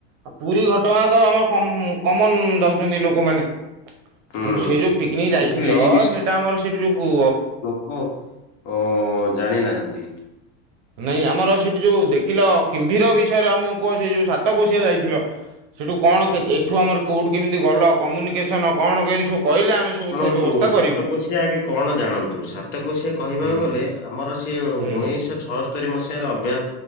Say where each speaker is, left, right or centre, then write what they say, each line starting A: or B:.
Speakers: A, on the right; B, on the left.
A: ଆ ପୁରୀ ଘଟଣା ତ ଆମର କମ୍ କମନ ଯାଉଛନ୍ତି ଲୋକମାନେ
B: ହୁଁ
A: ତେଣୁ ସେ ଯୋଉ ପିକନିକ ଯାଇଥିଲ
B: କିନ୍ତୁ ଏଇ
A: ସେଇଟା ଆମର ସେଇଠି ଯୋଉ କୁ
B: କୁ ଅ ଜାଣି ନାହାନ୍ତି
A: ନାଇଁ ଆମର ସେଇଠି ଯେଉ ଦେଖିଲ କିମ୍ଭୀର ବିଷୟରେ ଆମକୁ କୁହ ସେ ଯୋଉଁ ସାତ କୋଶିଆ ଯାଇଥିଲ। ସେଠୁ କଣ କେ ଏଠୁ ଆମର କୋଉଠୁ କେମିତି ଗଲ। କମ୍ୟୁନିକେସନ୍। ଏ ସବୁ କାଇଲେ ଆମେ
B: ଶୁଣନ୍ତୁ ସାତକୋଶିଆ
A: କରିବୁ।
B: ଆଗେ କଣ ଜାଣନ୍ତୁ ସାତକୋଶିଆ କହିବାକୁ
A: ହୁଁ
B: ଗଲେ ଆମର ସିଏ
A: ହୁଁ
B: ଉଣେଇଶିଶହ ଛଅସ୍ତରୀ ମସିହାରେ ଅଭ୍ୟ